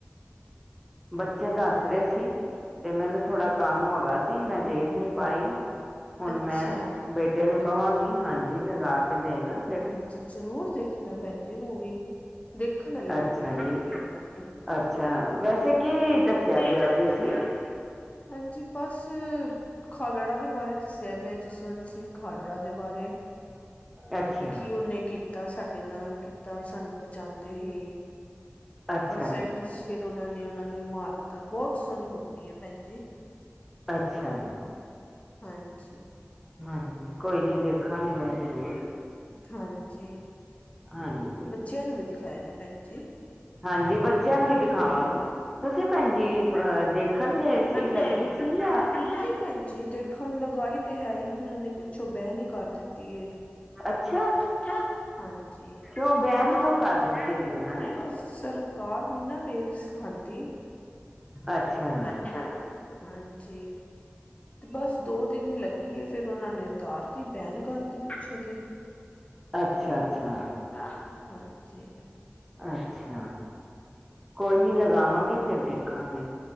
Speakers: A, in the centre; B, on the left.
A: ਬੱਚੇ ਦੱਸ ਰਹੇ ਸੀ, ਤੇ ਮੈਨੂੰ ਥੋੜਾ
B: ਅ
A: ਕੰਮ ਹੋਗਾ ਸੀ। ਜੀ ਮੈਂ ਦੇਖ ਨੀ ਪਾਈ, ਹੁਣ
B: ਅੱਛਾ
A: ਮੈਂ ਬੇਟ ਏਨੂੰ ਕਹਾਂਗੀ ਹਾਂਜੀ ਲਗਾ ਕੇ ਦੇਵੇਗਾ।
B: ਹਾਂਜੀ ਜ਼ਰੂਰ ਦੇਖਣਾ ਭੈਣ ਜੀ ਮੂਵੀ। ਦੇਖਣ ਆਲੀ ਮੂਵੀ
A: ਅੱਛਾ
B: ਬਣਾਈ
A: ਜੀ
B: ਹੈ ਉਹਨਾਂ ਨੇ।
A: ਅੱਛਾ ਵੈਸੇ ਕੀ ਦੱਸਿਆ
B: ਇਹ
A: ਗਿਆ
B: ਦੱਸਿਆ
A: ਉਹਦੇ
B: ਗਿਆ,
A: ਚ
B: ਹਾਂਜੀ। ਬੱਸ, ਖਾਲੜਾ ਦੇ ਬਾਰੇ ਦੱਸਿਆ ਗਿਆ, ਜਸਵੰਤ ਸਿੰਘ ਖਾਲੜਾ ਦੇ ਬਾਰੇ।
A: ਅੱਛਾ
B: ਕੀ, ਕੀ ਉਹਨੇ ਕੀਤਾ ਸਾਡੇ ਨਾਲ ਕਿੱਦਾਂ ਸਾਨੂੰ ਬਚਾਉਂਦੇ ਸੀ।
A: ਅੱਛਾ
B: ਬਸ
A: ਜੀ
B: ਐਂਡ ਵਿਚ ਫਿਰ ਉਹਨਾ ਨੇ ਉਹਨਾਂ ਨੂੰ ਹੀ ਮਾਰ ਦਿੱਤਾ ਬਹੁਤ ਸੋਹਣੀ ਮੂਵੀ ਹੈ ਭੈਣ ਜੀ।
A: ਅੱਛਾ ਜੀ।
B: ਹਾਂਜੀ।
A: ਹਾਂਜੀ, ਕੋਈ ਨੀ ਦੇਖਾਂਗੀ ਮੈ ਜ਼ਰੂਰ।
B: ਹਾਂਜੀ,
A: ਹਾਂਜੀ
B: ਬੱਚਿਆਂ ਨੂੰ ਵੀ ਦਿਖਾਇਆ ਜੀ ਭੈਣ ਜੀ।
A: ਹਾਂਜੀ ਬੱਚਿਆਂ ਨੂੰ ਹੀ ਦਿਖਾਵਾਂਗੇ, ਤੁਸੀਂ ਭੈਣ ਜੀ ਮ ਦੇਖਣ ਗਏ ਸੀ।
B: ਹਜੀ
A: ਲੱਗੀ
B: ਸੀ <unintelligible>
A: ਜਾਂ
B: ਨਹੀਂ ਭੈਣਜੀ ਦੇਖਣ ਲਗਾਈ ਤੇ ਹੈ ਨਹੀਂ ਉਹਨਾਂ ਨੇ ਪਿੱਛੋਂ ਬੈਂਡ ਕਰ ਦਿੱਤੀ ਐ।
A: ਅੱਛਾ।
B: ਅੱਛਾ ਹਾਂਜੀ।
A: ਕਿਉਂ ਬੈਨ
B: ਕਿਉਂ,
A: ਕਰ ਦਿੱਤੀ ਹੈਗੀ ਉਹਨਾਂ ਨੇ
B: ਬਸ ਸਰਕਾਰ ਨੀ ਨਾ ਵੇਖ ਸਿਖਾਂਦੀ।
A: ਅੱਛਾ। ਜੀ
B: ਅੱਛਾ, ਹਾਂਜੀ ਤੇ ਬਸ ਦੋ ਦਿਨ ਈ ਲੱ ਗੇ ਫ਼ੇਰ ਉਹਨਾਂ ਨੇ ਉਤਾਰਤੀ ਬੈਨ ਕਰਤੀ ਪਿੱਛੋਂ ਦੀ
A: ਅੱਛਾ- ਅੱਛਾ।
B: ਹਾਂ -ਹਾਂਜੀ।
A: ਅੱਛਾ। ਕੋਈ ਨੀ ਲਗਾਵਾਂਗੇ, ਫ਼ੇਰ ਦੇਖਾਂਗੇ।